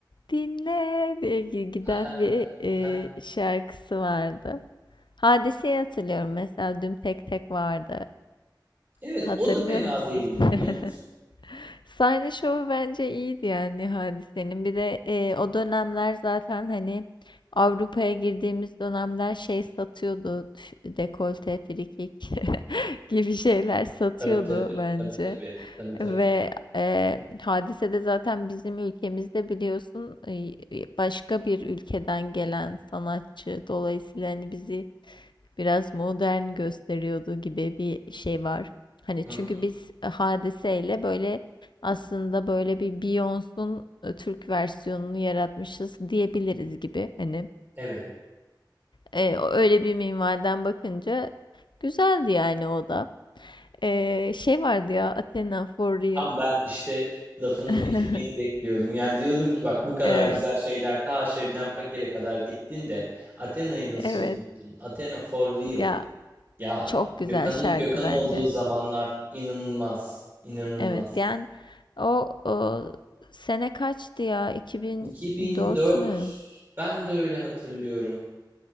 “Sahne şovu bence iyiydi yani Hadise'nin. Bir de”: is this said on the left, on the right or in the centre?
Left